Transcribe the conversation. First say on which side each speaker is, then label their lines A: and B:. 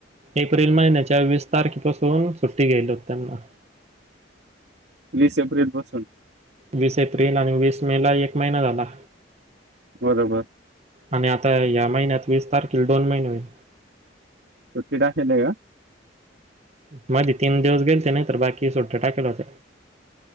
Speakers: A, on the right; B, on the right.
A: एप्रिल महिन्याय च्या वीस तारखे पासून सुट्टी घ्याल होत त्यांना
B: वीस एप्रिल पासून
A: वीस एप्रिल आणि वीस मे ला एक महिना झाला
B: बरोबर
A: आणि आता या महिन्यात वीस तारखे दोन महिने होईल
B: सुट्टी टाकलं आहे का
A: मध्ये तीन दिवस गेले नाही तर बाकी सुट्ट्या टाकेल होत